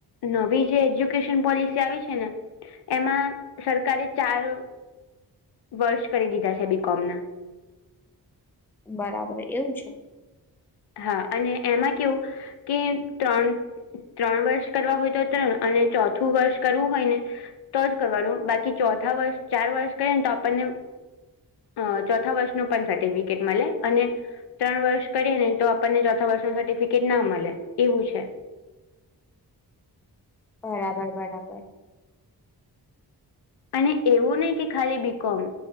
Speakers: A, on the left; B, in the centre.
A: નવી જે એજ્યુકેશન પોલિસી આવી છે ને. એમાં સરકારે ચાર વર્ષ કરી દીધા છે બીકોમ ના.
B: બરાબર એવું છે.
A: હા અને એમાં કેવું કે ત્રણ. ત્રણ વર્ષ કરવા હોય તો ત્રણ અને ચોથું વર્ષ કરવું હોય ને. તો જ કરવાનું બાકી ચોથા વર્ષ ચાર વર્ષ કરીએ ને તો આપણને. અ ચોથા વર્ષનું પણ સર્ટિફિકેટ મળે અને ત્રણ વર્ષ કરીને. તો આપણને ચોથા વર્ષનું સર્ટિફિકેટ ના મળે એવું છે.
B: બરાબર બરાબર.
A: અને એવું નહી કે ખાલી બીકોમ.